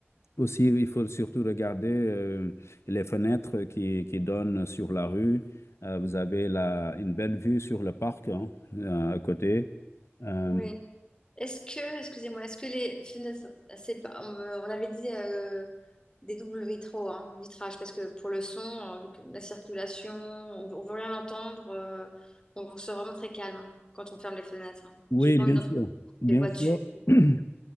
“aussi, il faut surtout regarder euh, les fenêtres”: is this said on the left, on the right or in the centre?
Left